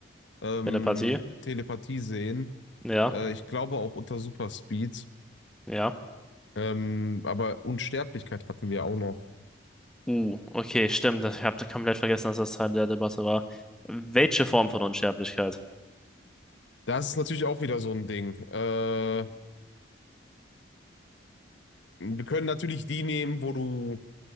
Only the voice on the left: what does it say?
ähm,
Telepathie sehen.
Äh, ich glaube auch unter Superspeed.
Ähm, aber Unsterblichkeit hatten wir auch noch.
Das ist natürlich auch wieder so ein Ding. Äh, wir können natürlich die nehmen, wo du